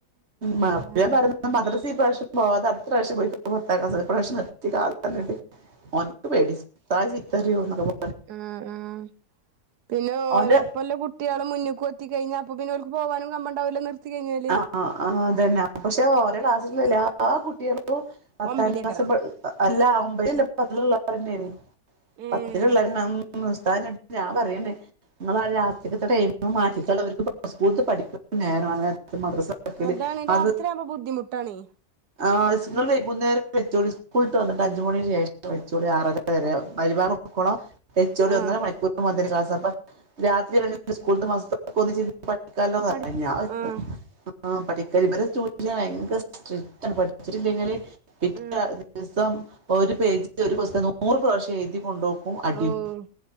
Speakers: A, on the right (about 40°); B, on the right (about 70°).
A: മാപ്പളയും
B: അതാണ്
A: പറഞ്ഞ് മദ്രസ ഈ പ്രാവശ്യം പോവാതെ അട്ത്ത പ്രാവശ്യം പോയി. <unintelligible> ഇപ്രാവ്യശ്യം നിർത്തിക്കാളന്നിട്ട് ഓൻ ഇൻക്ക് പേടി ഉസ്താദ് ചീത്തറിയോന്ന്ള്ളത്
B: ഉം ഉം. പിന്നെ ഓലൊപ്പൊല്ല
A: ഓന്റെ
B: കുട്ട് ട്ട്യോളും മുന്നുക്കെത്തിക്കഴിഞ്ഞാ അപ്പ പിന്നെ ഓൽക്ക് പോവാനും കമ്പണ്ടാവൂല നിർത്തിക്കഴിഞ്ഞാല്.
A: അഹ് ആഹ് അതന്നെ. പക്ഷെ ഓരെ ക്ലാസ്സിലുള്ള എല്ലാ കുട്ട്യോളും പത്താം
B: ഒമ്പിലേക്കരം
A: ക്ലാസ് പ, അല്ല ഒമ്പേല് പത്തിലോരന്നേണ്.
B: ഏഹ്
A: പത്തില്ള്ളെന്നം ഉം ഉസ്താന്നടുത്ത് ഞാൻ പറയണ് നിങ്ങളെ രാത്രിക്കത്തെ ടൈമ് മാറ്റിക്കള. ഇവർക്ക് സ്കൂള്ത്തെ പഠിപ്പന്നെ നേര മദ്രസ തുറക്കല്
B: അതാണ്,
A: മദ്രസ
B: രാത്രിയാവുമ്പ ബുദ്ധിമുട്ടാണെ.
A: ആ നിങ്ങള് വൈകുന്നേരം വച്ചോളി സ്കൂള്ട്ട് വന്ന്ട്ട് അഞ്ച് മണിന്റെ ശേഷം വെച്ചോളി ആറര വരെ. മഗ്രിബ് ബാങ്ക് കൊടുക്കോളം വെച്ചോളി
B: ആഹ്
A: ഒന്നര മണിക്കൂർ മതി ക്ലാസ് അപ്പ രാത്രി സ്കൂള് തെ മദ്രസ്തെ ഒന്നിച്ച് പഠിക്കാല്ലോ പറഞ്ഞ്.
B: പഠി
A: ഞാൻ വിട്ട്.
B: ആഹ്
A: പഠിക്കൽ ഇവരെ ടൂഷൻ ഭയങ്കര സ്ട്രി ക്റ്റാണ്. പഠിച്ചിട്ടില്ലെങ്കില് പിറ്റേ
B: ആഹ്
A: ദിവസം ഒരു പേജ് ഒരു ക്വസ്റ്റ്യൻ നൂറ് പ്രാവശ്യം എഴുതി കൊണ്ട്പോകും ഓ അടിയും.
B: ഓഹ്